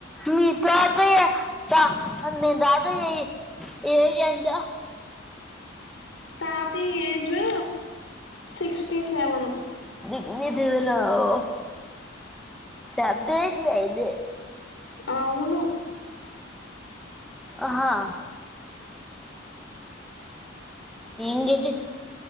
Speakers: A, in the centre; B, on the left.
A: మీ పేతయ్య త మీ తాతయ్య ఏజ్ ఎంత?
B: తాతయ్య ఏజు సిక్స్టీ సెవెను.
A: ఎన్ని దివెన ఓ డెబ్బై కి అయిదే
B: అవును
A: ఆహా ఎందిది